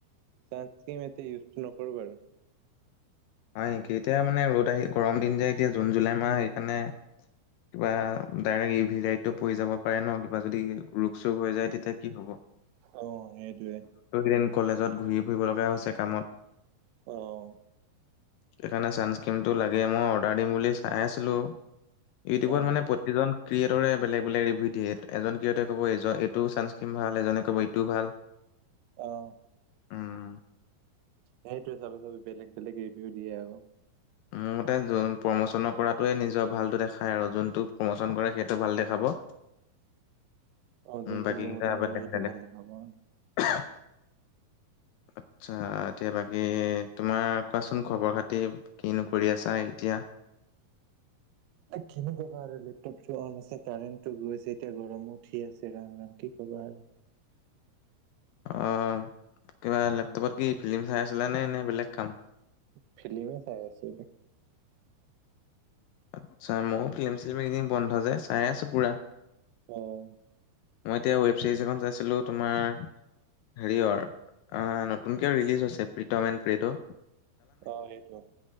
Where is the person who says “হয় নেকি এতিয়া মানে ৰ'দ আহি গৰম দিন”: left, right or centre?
Left